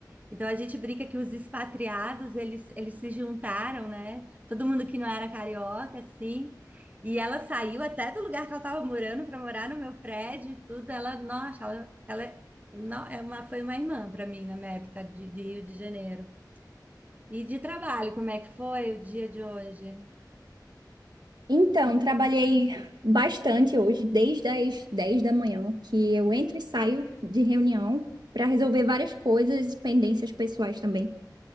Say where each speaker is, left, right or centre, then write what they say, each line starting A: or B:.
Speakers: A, on the right; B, on the right.
A: Então a gente brinca que os expatriados, eles, eles se juntaram, né? Todo mundo que não era carioca, assim. E ela saiu até do lugar que ela estava morando para morar no meu prédio e tudo. Ela, nossa, ela, ela é- não, é uma, foi uma irmã para mim na minha época de de Rio de Janeiro. E de trabalho, como é que foi o dia de hoje?
B: Então, trabalhei bastante hoje, desde as 10 da manhã, que eu entro e saio de reunião para resolver várias coisas, pendências pessoais também.